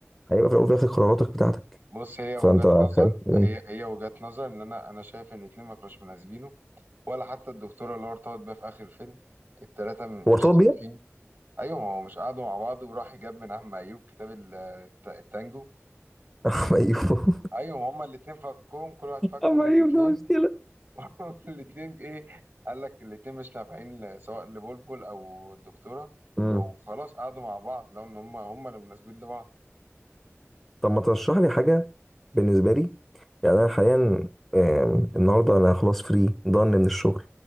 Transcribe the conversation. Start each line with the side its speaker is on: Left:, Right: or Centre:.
Centre: في الاول وفي الاخر قراراتك بتاعتك
Right: بص هي وجهات
Centre: فانت
Right: نظر
Centre: خايف من-
Right: هي هي وجهات نظر ان انا انا شايف ان الاتنين ما كانوش مناسبينه ولا حتى الدكتورة اللي هو ارتبط بيها في اخر الفيلم التلاتة م-
Centre: هو
Right: مش
Centre: ارتبط
Right: صالحين
Centre: بيها؟
Right: ايوه ما هو مش قعدوا مع بعض وراح جاب من عم ايوب كتاب ال- الت- التانجو
Centre: <laughs> اما ايوه
Right: ايوه ما هما الاتنين فكهم كل واحد فكه
Centre: اما
Right: من
Centre: ايوه
Right: الاتنين
Centre: ده مشكله
Right: <laughs> الاتنين ايه قال لك الاتنين مش نافعين ل- سواء لبلبل او الدكتورة
Centre: مم.
Right: فخلاص قعدوا مع بعض لو ان هم هم اللي مناسبين لبعض
Centre: طب ما ترشح لي حاجه بالنسبه لي يعني انا حاليا آم، النهارده انا خلاص فري ضن من الشغل